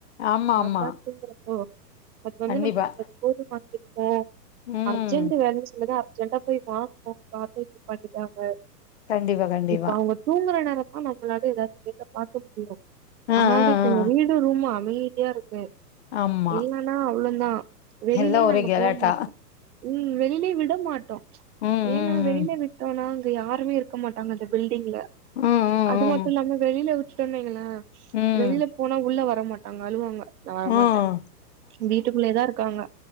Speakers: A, on the left; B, on the right.
A: ஆமா
B: லேப்டாப்ங்கிறப்போ
A: ஆமா
B: பட் வந்து
A: கண்டிப்பா
B: நம்ம அது போதும் வாங்கிருக்க
A: ம்
B: அர்ஜென்ட் வேலைன் சொன்னத அர்ஜெண்டா போய் வாங்கணு பாத்தா இப்டி பண்ணிட்டாங்க
A: கண்டிப்பா கண்டிப்பா
B: இப்ப அவுங்க தூங்குற நேரமா நம்மளால எதாவது வேல பாக்க முடியு
A: ஆ
B: அதனால்
A: ஆ
B: தா
A: ஆ
B: வீடு ரூமா அமைதியா இருக்கு
A: ஆமா
B: இல்லன்னா அவ்ளதா வெளிலயே
A: எல்லா ஒரே
B: நாங்க
A: கெலாட்டா
B: போ மாட்டோ ம் வெளியிலயு விட மாட்டோ
A: ம் ம்
B: ஏன்னா வெளியில விட் டோம்னா அங்க யாருமே இருக்க மாட்டாங்க அந்த பில்டிங்ல
A: ம் ம்
B: அது மட்டு
A: ம்
B: இல்லாம வெளில விட் டோன்னு வைங்களே
A: ம்
B: வெளில
A: ம்
B: போனா உள்ள வரமாட்டாங்க அழுவாங்க நா வரமாட்டே
A: ம்
B: வீட்டுக்குள்ளயே தான் இரு க்காங்க